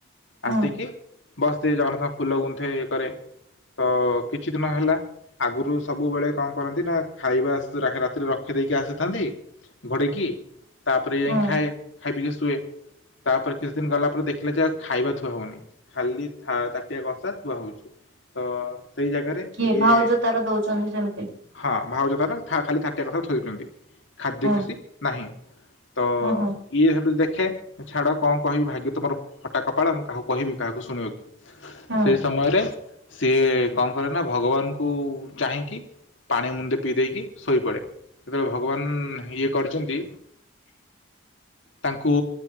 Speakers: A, on the right (about 80°); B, on the left (about 75°).
A: ହଁ
B: ଆସିକି ବାସ୍ ଏ ଜଗନ୍ନାଥ ଫୁଲ ଗୁନ୍ଥେ ଇଏ କରେ ତ କିଛି ଦିନ ହେଲା ଆଗରୁ ସବୁବେଳେ କଣ କରନ୍ତି ନା ଖାଇବା ରାତିରେ ରଖି ଦେଇକି ଆସିଥାନ୍ତି ଘୋଡେଇକି। ତାପରେ ଯାଇ
A: ହଁ
B: ଖାଏ ଖାଇ ପି ହୁଏ ତାପରେ କିଛି ଦିନ ଗଲା ପରେ ଦେଖିଲେ ଯେ ଖାଇବା ଥୁଆ ହେଉନି ଖାଲି ତାଟିଆ କଂସା ଥୁଆ ହେଉଛି ତ। ସେଇ ଜାଗାରେ
A: କିଏ
B: ଇଏ
A: ଭାଉଜ ତାର ଦଉଛନ୍ତି ସେମିତି
B: ହଁ ଭାଉଜ ତାହେନେ ଖାଲି ଥାଟିଆ କଥା ଥୋଉଛନ୍ତି। ଖାଦ୍ୟ
A: ହୁଁ
B: କିଛି ନାହିଁ। ତ
A: ହୁଁ ହୁଁ
B: ଇଏ ସେଠୁ ଦେଖ ଛାଡ କଣ? କହିବି ଭାଗ୍ୟ ତମର ହଟା କପାଳ ମୁଁ କାକୁ କହିବି କାହାକୁ ଶୁଣିବ କି?
A: ହୁଁ
B: ସେଇ ସମୟରେ ସିଏ କଣ କରେ ନା ଭଗବାନଙ୍କୁ ଚାହିଁକି ପାଣି ମୁଣ୍ଡେ ପିଇ ଦେଇକି ଶୋଇପଡ଼େ ସେତେବେଳେ ଭଗବାନ ଇଏ କରିଛନ୍ତି ତାଙ୍କୁ